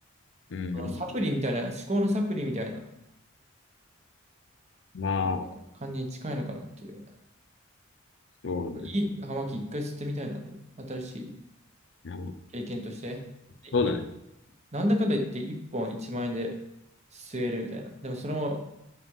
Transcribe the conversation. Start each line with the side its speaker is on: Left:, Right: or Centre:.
Left: うんうん。
Right: このサプリみたいな、
Left: うんうん。
Right: 思考のサプリみたいな、
Left: まあ、
Right: あの、感じに近いのかなっていう。
Left: そうだね。
Right: いい葉巻一回吸ってみたいなと。新しい
Left: いやもう
Right: 経験として。でい
Left: そうだね。
Right: なんだかんだ言って1本1万円で吸えるみたいな。でもそれも、